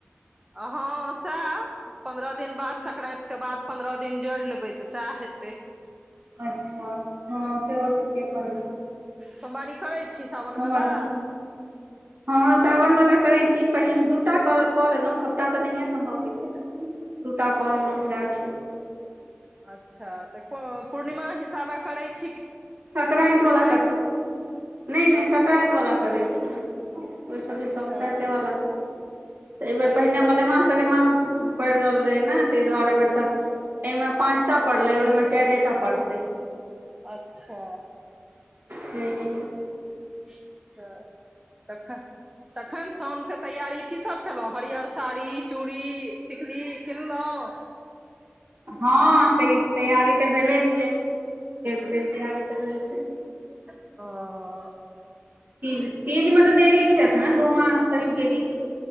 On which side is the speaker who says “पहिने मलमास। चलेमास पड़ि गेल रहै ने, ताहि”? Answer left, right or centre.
Right